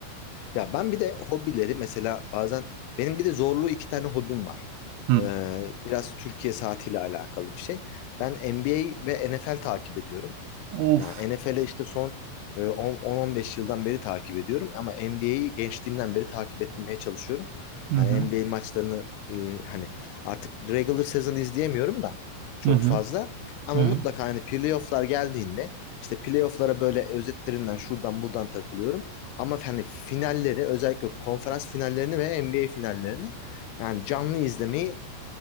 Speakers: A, on the left; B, on the right.
A: Ya ben bir de hobileri mesela bazen benim bir de zorluğu iki tane hobim var.
B: Hı.
A: Ee, biraz Türkiye saatiyle alakalı bir şey. Ben NBA ve NFL takip ediyorum.
B: Of.
A: Yani NFL'i işte son e, 10 10-15 yıldan beri takip ediyorum ama NBA'yi gençliğimden beri takip etmeye çalışıyorum.
B: Hı
A: Yani
B: hı.
A: NBA maçlarını e, hani artık regular season izleyemiyorum da çok
B: Hı hı.
A: fazla ama
B: Hı hı.
A: mutlaka hani playoff'lar geldiğinde işte playoff'lara böyle özetlerinden şuradan buradan takılıyorum. Ama hani finalleri özellikle konferans finallerini ve NBA finallerini yani canlı izlemeyi